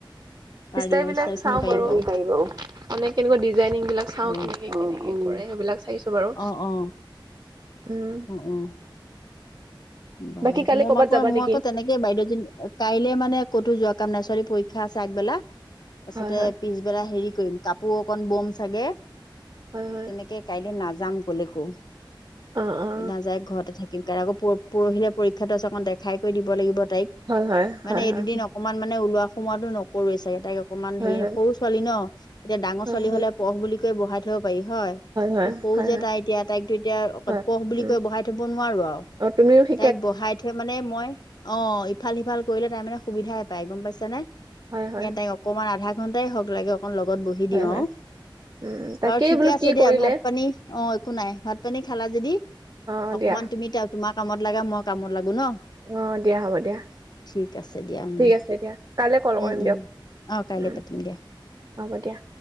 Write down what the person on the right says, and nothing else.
ষ্টাইল
বিলাক
চাও
বাৰু। মানে
কেনেকুৱা ডিজাইনিং বিলাক চাওঁ
কেনেকে কেনেকে কৰে এইবিলাক চাইছো বাৰু।
উম।
বাকী কালি
কৰ'বাত
যাবা
নেকি?
হয় হয়
হয় হয়
অ অ
হয়
হয় হয়
হয়
হয়
হয়
হয়
হয়
হয়
হয়
হয়
উম
অ তুমিও সে-
হয়
হয়
হয় হয়
উম
তাকেই
বোলো
কি
কৰিলে
অ
দিয়া
অঁ' দিয়া হ'ব দিয়া।
ঠিক আছে দিয়া, কাইলে কল
কৰিম
দিয়ক।
উম'
হ'ব দিয়া।